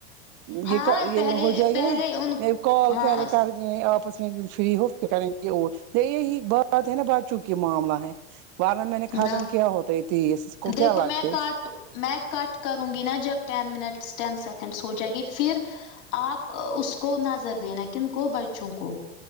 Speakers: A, on the left; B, on the right.
A: ہاں
B: یہ کا یہ
A: پہلے
B: ہو جائے
A: پہلے
B: گا نا
A: ان
B: میں کل
A: ہاں
B: پہلےکرونگی ایپس میں تم فری ہوفر کریںگے اور دیر بات نا بچوں کی معاملہ ہے ورنہ میں نے ختم
A: نہ
B: کیا ہوتا ہے ٹاسک اس کو
A: دیکھو
B: کیا لگتے
A: میں کاٹ میں کٹ کروں گی نا جب ٹین منٹس ٹین سیکنڈس ہو جائےیں گی پھر آپ اس کو نظر دینا کن کو بچوں کو